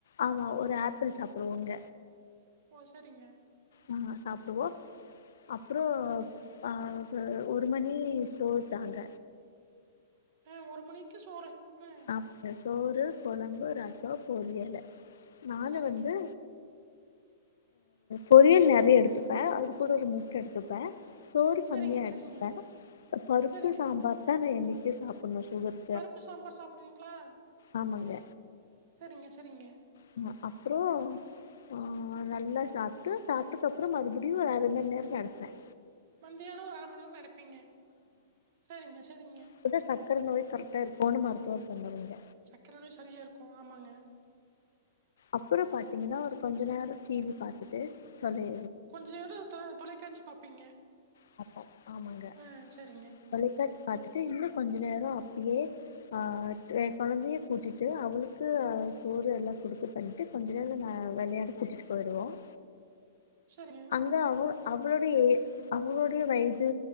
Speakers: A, on the left (about 70°); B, on the right (about 55°).
A: ஆமா ஒரு ஆப்பிள் சாப்புடுவோங்க
B: ஓ சேரிங்க
A: வாங்க சாப்டுவோ அப்றோ அ‌ க ஒரு மணி சோர் தாங்க
B: ஆ ஒரு மணிக்கு சோறு ஆ
A: அ சோறு குழம்பு ரசோ பொரியல்லு நானு
B: சரிங்க.
A: வந்து பொரியல் நறைய எடுத்துப்பேன் அது கூட ஒரு முட்ட எடுத்துப்பேன் சோறு
B: சரிங்க,
A: கம்மியா எடுத்துபேன்
B: சரிங்க.
A: பருப்பு
B: சரிங்க
A: சாம்பார்
B: சார்.
A: தான் நான் என்னிக்கு சாப்பணும் சுகர்
B: பருப்பு சாம்பார் சாப்பிடுவீங்களா
A: ஆமாங்க
B: சேரிங்க சேரிங்க
A: ஆமா அப்றோ ஆ நல்லா சாப்ட்டு சாப்பட்டுக்கப்புறம் மறுபடியும் ஒரு அரமண் நேரம் நடப்பேன்
B: மந்தியானம் ஒரு அரை மணி நேரம் நடப்பீங்க சேரிங்க சேரிங்க
A: அப்பதான் சர்கக்கரை நோய் கரெக்டா இருக்கும்ன்னு மருத்துவர் சொன்னாருங்க
B: சக்கர நோய் சரியா இருக்கும் ஆமாங்க
A: அப்பறோ பார்த்தீங்கன்னா ஒரு கொஞ்ச நேரம் டி வி பார்த்துட்டு தொலை
B: கொஞ்சம் நேரம் தொலைக்காட்சி பார்ப்பீங்க
A: பாப்பம் ஆமாங்க
B: ஆ சரிங்க.
A: தொலைகா பாாரத்துட்டு இன்னும் கொஞ்சோ நேரம் அப்பயே ஆ என் குழந்தையே கூட்டிட்டு அவளுக்கு அஹ் சோறு எல்லாம் குடுக்க பண்டு கொஞ்ச நேரம் நான் விளையாடு கூட்டிட்டு போயிடுவோம்
B: சேரிங்க
A: ஓ அவ அவளுடைய அவங்களுடைய வயது